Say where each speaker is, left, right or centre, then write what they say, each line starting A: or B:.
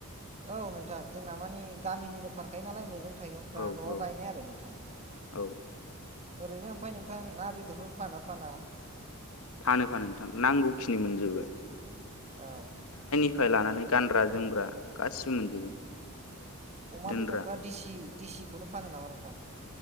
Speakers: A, on the right (about 30°); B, on the left (about 70°).
A: औ नोंथां जोंना मानि गामिनिनो फानखायो नालाय मैगं थाइगंफ्रा
B: औ
A: न'आव
B: औ
A: गायनाय आरो नोंथां
B: औ
A: ओरैनो ओमफ्राय नोंथां ना बेदरफोर फानो फाना
B: फानो फानो नोंथां नांगौखिनि मोनजोबो
A: औ।
B: निफाय लानानै गानग्रा जोमग्रा गासिबो मोनजोबो
A: अमा
B: दोनग्रा
A: बेदरफ्रा दिसि दिसिखौनो फानो नामा नोंथां।